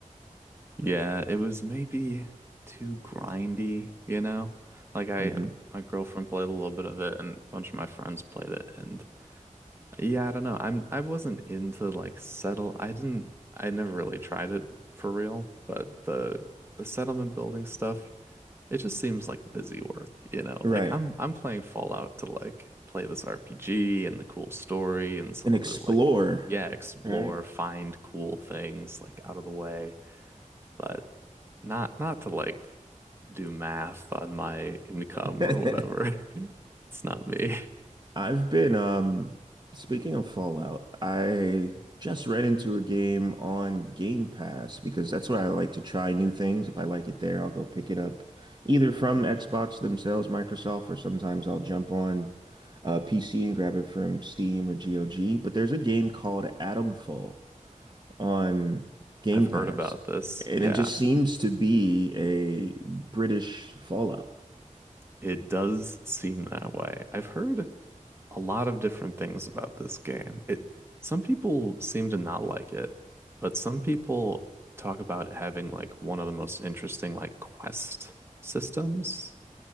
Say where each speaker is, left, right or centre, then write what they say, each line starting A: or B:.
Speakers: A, on the right; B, on the right.
A: Yeah, it was maybe too grindy, you know? Like I
B: hmm
A: my girlfriend played a little bit of it and a bunch of my friends played it and yeah, I don't know. I'm I wasn't into like settle. I didn't I never really tried it for real, but the the settlement building stuff, it just seems like busy work, you know?
B: Right.
A: Like I'm I'm playing Fallout to like play this RPG and the cool story and some
B: an
A: of
B: explorer,
A: the like yeah, explore,
B: right?
A: find cool things like out of the way but not not to like do math on my income
B: <laughs>
A: or whatever. <laughs> It's not me.
B: I've been um speaking of Fallout, I just read into a game on Game Pass because that's where I like to try new things. If I like it there, I'll go pick it up either from Xbox themselves, Microsoft, or sometimes I'll jump on uh, PC and grab it from Steam or GOG. But there's a game called Atomfall on Game
A: I've heard
B: Pass,
A: about this.
B: and
A: Yeah,
B: it just seems to be a British Fallout.
A: it does seem that way. I've heard a lot of different things about this game. It some people seem to not like it, but some people talk about it having like one of the most interesting like quest systems